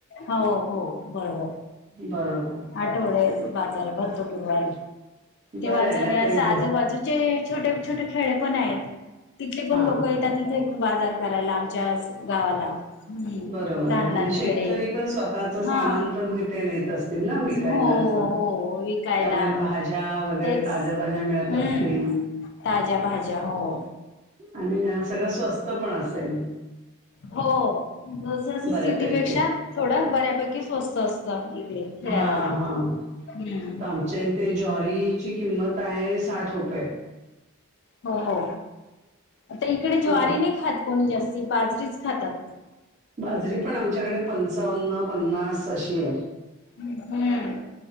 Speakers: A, on the left; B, on the right.
A: हो हो, बर बर.
B: बरोबर.
A: आठवडेस बाजार भरतो गुरवाारी. तेव्हाच
B: बरं आहे
A: आणि
B: ना
A: असं
B: तर इज
A: आजूबाजूचे छोटे छोटे खेळेपण आहेत, तिथले पण
B: हा
A: लोक ते त्यातले ते बाजार करायला, आमच्यास गावाला. हम्म.
B: बरोबर
A: लहान
B: आहे
A: लहान
B: आणि शेतकरीपण
A: खेडे
B: स्वतःच सामानपण
A: हा
B: तिथे नेत अस तील ना विकायला
A: हो
B: असं.
A: हो विकायला
B: त्यामुळे भा ज्या वगैरे
A: तेच
B: ताज्या ताज्या मिळत
A: हम्म
B: असतील.
A: ताज्या भाज्या हो.
B: आणि सगळं स्वस्त पण असेल.
A: हो <unintelligible>
B: बऱ्यापैकी
A: सिटीपेक्षा थोडं बऱ्यापैकी स्वस्त असतं इकडे. खेड्यागावात
B: हा हा,
A: हम्म
B: इथं आमच्या इ ते ज्वारीची किंमत आहे, साठ रुपये.
A: हो हो. आता इकडे ज्वारी
B: ह
A: नाही खात कोणी जास्ती, बाजरीच खातात.
B: बाजरी पण आमच्याकडे पंचावन्न, पन्नास अशी आहे.
A: हम्म.